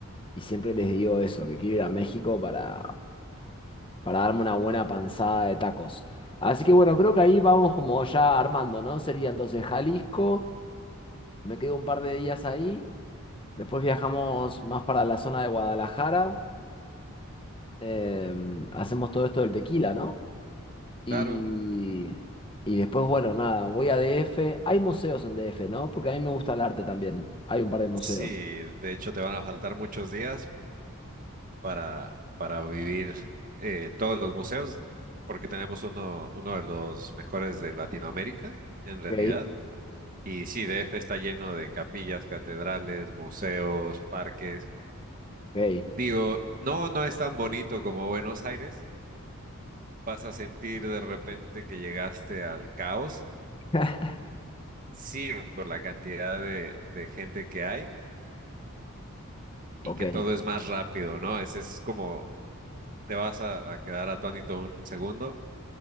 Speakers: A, on the left; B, on the right.
A: y siempre les digo eso, que quiero ir a México para, para darme una buena panzada de tacos. Así que bueno, creo que ahí vamos como ya armando, ¿no? Sería entonces Jalisco, me quedo un par de días ahí, después viajamos más para la zona de Guadalajara, em, hacemos todo esto del tequila, ¿no? Y,
B: Claro,
A: y después, bueno, nada, voy a DF. Hay museos en DF, ¿no? Porque a mí me gusta el arte también. Hay un par de museos.
B: sí, de hecho te van a faltar muchos días para, para vivir eh, todos los museos, porque tenemos uno, uno de los mejores de Latinoamérica, en
A: Ok,
B: realidad. Y sí, DF está lleno de capillas, catedrales, museos, parques.
A: ok,
B: Digo, no, no es tan bonito como Buenos Aires. Vas a sentir de repente que llegaste al caos.
A: <laughs>
B: Sí, por la cantidad de, de gente que hay
A: ok,
B: y que todo es más rápido, ¿no? Es, es como te vas a, a quedar atónito un segundo,